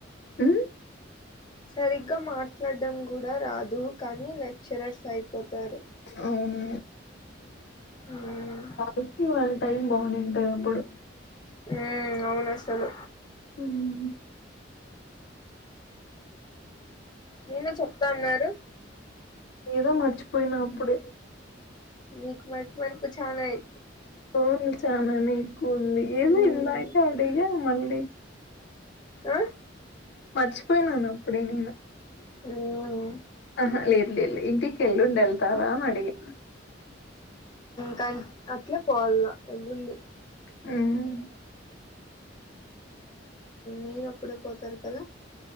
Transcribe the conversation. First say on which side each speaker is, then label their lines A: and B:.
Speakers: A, on the left (about 60°); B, on the left (about 25°).
A: మ్
B: సరిగ్గా మాట్లాడడం కూడా రాదు కానీ లెక్చరర్స్ అయిపోతారు
A: అవును
B: మ్మ్
A: నాకు తెలిసి వాళ్ళ టైం బాగుండుంటది అప్పుడు
B: ఉ అవునసలు
A: హ్మ్
B: మీరుకూడ చెప్తా అన్నారు
A: ఏదో మరిచిపోయినా అప్పుడే
B: మీకు మతి మరుపు చ్చానా ఎ
A: అవును చానానే ఎక్కువ ఉంది ఏమో
B: మ్మ్
A: ఇందాకే అడిగా మళ్ళీ
B: ఆ
A: మర్చిపోయినాను అప్పుడే నేను
B: మ్మ్
A: ఆహా లేదు లేదు లే ఇంటికి ఎల్లుండి యెల్తావా అని అడిగి
B: క అట్లే పోవాల్న ఎల్లుండి
A: హ్మ్మ్
B: మీరప్పుడే పోతారు కదా